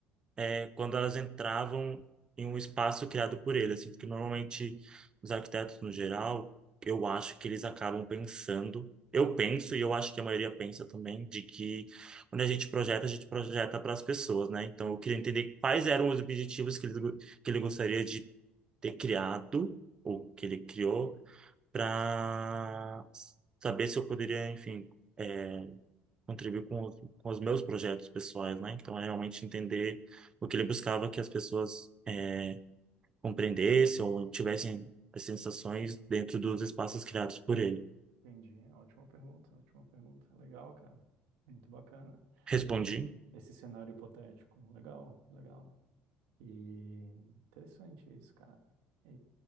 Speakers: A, on the right (about 25°); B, on the right (about 90°).
A: é quando elas entravam em um espaço criado por ele, assim, porque normalmente os arquitetos no geral, eu acho que eles acabam pensando, eu penso e eu acho que a maioria pensa também de que quando a gente projeta, a gente projeta para as pessoas, né? Então eu queria entender quais eram os objetivos que ele, go- que ele gostaria de ter criado ou que ele criou para saber se eu poderia, enfim, é, contribuir com os, com os meus projetos pessoais, né? Então, é realmente entender o que ele buscava que as pessoas é, compreendessem ou tivessem as sensações dentro dos espaços criados por ele.
B: entendi. Ótima pergunta, ótima pergunta. Legal, cara. Muito bacana.
A: Respondi.
B: Esse cenário hipotético. Legal, legal. E interessante isso, cara. E,